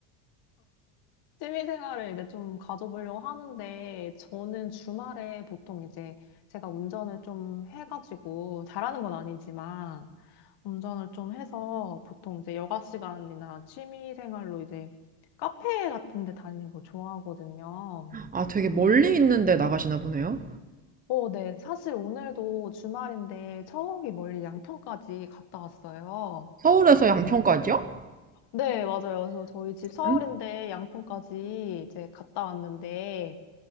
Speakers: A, on the left (about 50°); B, on the right (about 15°).
A: 취미 생활을 이제 좀 가져보려고 하는데, 저는 주말에 보통 이제 제가 운전을 좀 해가지고, 잘하는 건 아니지만, 운전을 좀 해서 보통 이제 여가 시간이나 취미 생활로 이제 카페 같은 데 다니는 거 좋아하거든요.
B: 아, 되게 멀리 있는데 나가시나 보네요.
A: 어, 네. 사실 오늘도 주말인데 저기 멀리 양평까지 갔다 왔어요.
B: 서울에서 양평까지요?
A: 네, 맞아요. 그래서 저희 집 서울인데
B: 응?
A: 양평까지 이제 갔다 왔는데,